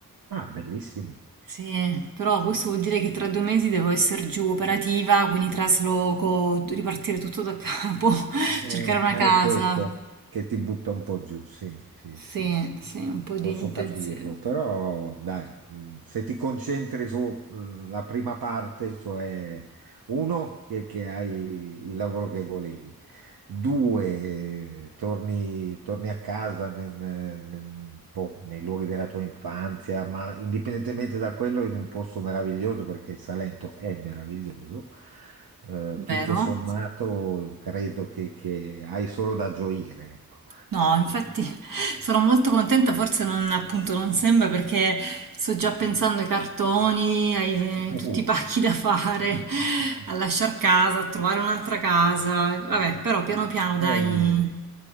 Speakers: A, on the right (about 80°); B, on the right (about 65°).
A: Ah, bellissimo.
B: Sì, però questo vuol dire che tra due mesi devo essere giù operativa, quindi trasloco, ripartire tutto da capo, <laughs>
A: Eh,
B: cercare una
A: ah,
B: casa.
A: è questo che ti butta un po' giù, sì, sì,
B: Sì,
A: sì, sì.
B: sì, un po' di
A: Posso capirlo,
B: pensiero.
A: però dai, mm, se ti concentri sulla prima parte, cioè uno, che, che hai il lavoro che volevi, due, eh, torni, torni a casa nel- nel- nel- boh, nei luoghi della tua infanzia, ma indipendentemente da quello, in un posto meraviglioso, perché il Salento è meraviglioso. Eh, tutto
B: Vero?
A: sommato, credo che, che hai solo da gioire, ecco.
B: No, infatti <laughs> sono molto contenta, forse non, appunto non sembra perché sto già pensando ai cartoni, ai
A: <laughs>
B: eh, tutti
A: Uh.
B: i pacchi da fare,
A: <laughs>
B: a lasciar casa, a trovare un'altra casa. Vabbè, però piano piano dai.
A: Eh,